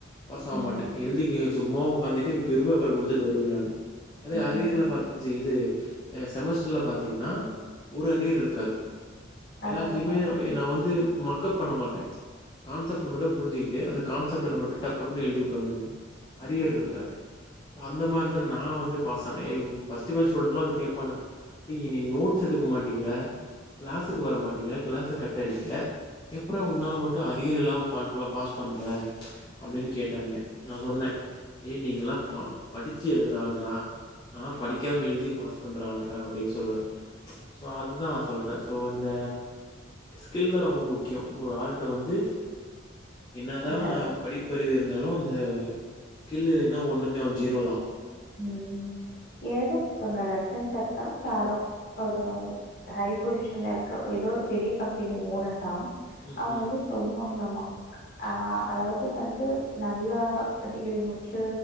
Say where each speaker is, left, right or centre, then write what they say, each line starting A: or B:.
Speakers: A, on the left; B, on the left.
A: பாஸ் ஆக
B: ம்
A: மாட்டே எழுதி சும்மா ட்டு பெர அம் கொடுத்துட்டு வருவன் நான் அதது
B: ம்
A: அரியல
B: ம்
A: பாத்த இ இதுஹ செமஸ்டர்ல பாத்தீங்கன்னா ஒரு அரியர் இருக்காது எல்லாத்தையுமே
B: அதான் அதான்
A: நா வந்து மக்கஅப் பண்ண மாட்டே கான்செப்ட் மட்டும் புரிஞ்சுிக்கிட்டு அந்த கான்செப்ட்ல மட்டு டக்னு எழுதிட்டு வந்த வஅரியர்
B: ம்
A: இருக்காரு அந்த மாரி தா நா வந்து பாஸ் ஆனே ஃபஸ்டுக் பே அ டுண்ட்லாம் வ கேட்பானங்க நீ நோட்ஸ் எடுக்க மாட்டேங்கிற கிளாஸக்கு வர மாட்டேங்கிற கிளாஸ கட்டடிக்கிற எப்புற உன்னால மட்டு அரியல் இல்லாம ப பாஸ் பண்ற அப்டின்னு கேட்டானுங்க நா சொன்னே ஏய் நீங்கல்லா பா படிச்சு எழுதுற ஆள்ராா ஆனா படிக்காம எழுதி பாஸ் பண்ற ஆள்ரா அப்டின்னு சொல்லுவே சோ அதுதா சொல்றே சோ இந்த ஸ்கில் தா ரொம்ப முக்கிய ஒரு ஆல் வந்து என்ன தா
B: அதான்
A: படிப்பறிவு இருந்தாலு அந்த ஸ்கில் இல்லைன்னா ஒன்றுமே அவன் ஜீரோ தா
B: ம் ஏதோத்தங்க ரத்த தாத்த தார ஒரு ஹை பொசிஷன்ல இருக்க ஏதோ ஒரு பெரிய கம்பெனி ஓனர் தா
A: ம்ஹ்ம்.
B: அவங்க வந்து சொல்லுவாங்களலாமா ஆ அதாவது வந்து நல்லா டிகிரி முடிச்சு